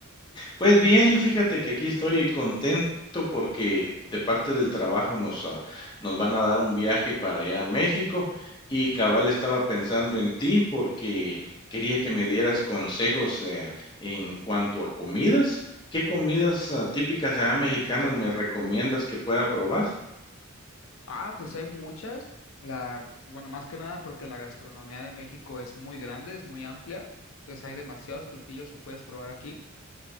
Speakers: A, on the left; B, on the left.
A: Pues bien, fíjate que aquí estoy contento porque de parte del trabajo nos, ah, nos van a dar un viaje para allá a México y cabal estaba pensando en ti porque quería que me dieras consejos eh, en cuanto a comidas. ¿Qué comidas ah, típicas allá mexicanas me recomiendas que pueda probar?
B: Ah, pues hay muchas. La, bueno, más que nada porque la gastronomía de México es muy grande, es muy amplia. Entonces hay demasiados platillos que puedes probar aquí.